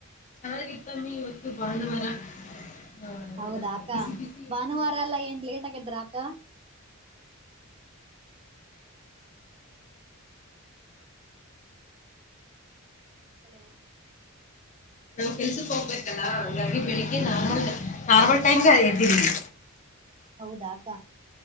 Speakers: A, on the left; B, on the right.
A: ಚೆನ್ನಾಗಿತ್ತಮ್ಮಿ ಇವತ್ತು ಭಾನುವಾರ ಹಾ
B: ಹೌದಾ
A: ಏನಂತಾರೆ
B: ಅಕ್ಕ
A: ಬಿಸಿ ಬಿಸಿ ಏನಿಲ್ಲ
B: ಭಾನುವಾರ
A: ಎಲ್ಲ
B: ಎಲ್ಲಾ ಏನ್ ಲೇಟ್ ಆಗಿ ಎದ್ರ ಅಕ್ಕ ಹಲೋ
A: ನಾವು ಕೆಲ್ಸಕ್ ಹೋಗ್ಬೇಕಲ್ಲಾ ಹಂಗಾಗಿ ಬೆಳಿಗ್ಗೆ ನಾರ್ಮಲ್ ನಾರ್ಮಲ್ ಟೈಮ್ಗೆ ಎದ್ದಿದೀವಿ
B: ಹೌದಾ ಅಕ್ಕ